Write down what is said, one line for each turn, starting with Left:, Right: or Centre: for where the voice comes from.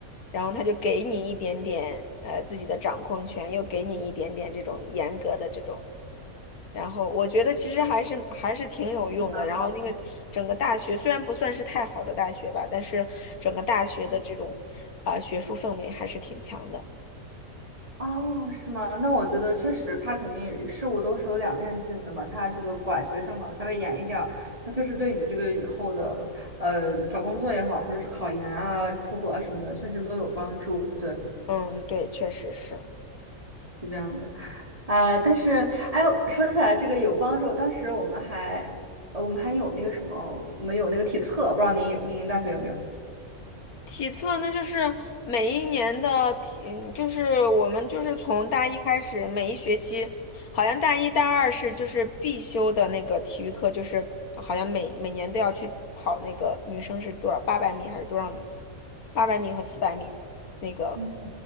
Left: 然后他就给你一点点呃自己的掌控权，又给你一点点这种严格的这种，然后我觉得其实还是还是挺有用的。
Right: 是蛮好。
Left: 然后那个整个大学虽然不算是太好的大学吧，
Right: 的。
Left: 但是整个大学的这种啊、学术氛围还是挺强的。
Right: 哦，是吗？那我觉得确实，他肯定事物都是有两面性的嘛。他这个管学生管的稍微严一点儿，他确实对你的这个以后的呃找工作也好，或者是考研啊、出国啊什么的，确实都有帮助。对，
Left: 嗯，对，确实是
Right: 是这样的啊。但是，哎，说起来这个有帮助，当时我们还呃我们还有那个什么，我们有那个体测，不知道您有您大学有没有？
Left: 体测那就是每一年的体，嗯就是我们就是从大一开始，每一学期，好像大一大二是就是必修的那个体育课，就是好像每每年都要去跑那个女生是多少八百米还是多少米，八百米和四百米那个
Right: 嗯，